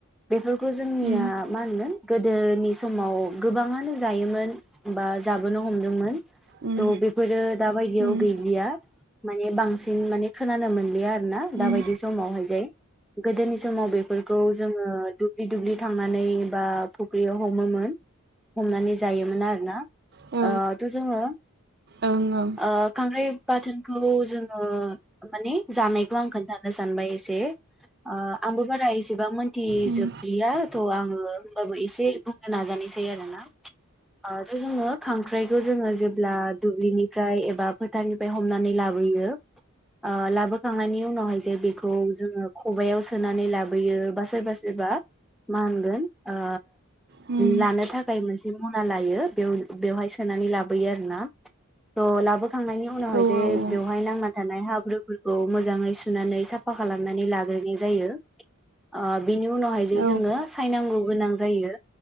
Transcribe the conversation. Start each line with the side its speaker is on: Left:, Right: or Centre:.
Centre: बेफोरखौ जोंनिया
Right: उम
Centre: मा होनगोन गोदोनि समाव गोबाङानो जायोमोन बा जाबोनो हमदोंमोन
Right: उम
Centre: थ' बेफोरो दाबायदियाव
Right: उम
Centre: गैलिया माने बांसिन माने खोनानो मोनलिया आरो ना
Right: उम
Centre: दा बायदि समावहाय जे गोदोनि समाव बेफोरखौ जों ओ दुब्लि दुब्लि थांनानै बा फुख्रियाव हमोमोन हमनानै जायोमोन आरो ना ओ
Right: औ
Centre: थ' जोङो ओ
Right: ओं ओं
Centre: खांख्राय बाथोनखौ जोङो माने जानायखौ आं खोन्थानो सानबाय एसे ओ‌ आंबो बारा एसेबां मोन खोथि
Right: उम
Centre: जोबलिया थ' आङो होमबाबो एसे बुंनो नाजानायसै आरोना थ' जोङो खांख्राइखौ जोङो जेब्ला दुब्लिनि फ्राय एबा फोथारनिफ्राय हमनानै लाबोयो ओ लाबो खांनायनि उनावहाय जे बेखौ जोङो खबायाव सोनानै लाबोयो बा सोरबा सोरबा मा होनगोन ओ
Right: उम
Centre: लानो थाखाय मोनसे जि मना लायो बेव बेवहाय सोनानै लाबोयो आरो ना त लाबो खांनायनि उनावहाय
Right: औ
Centre: जे
Right: औ औ
Centre: बेवहाय नांना थानाय हाब्रुफोरखौ मोजाङै सुनानै साफा खालामनानै लाग्रोनाय जायो ओ। बिनि उनावहाय जे
Right: औ
Centre: जोङो सायनांगौ। गोनां जायो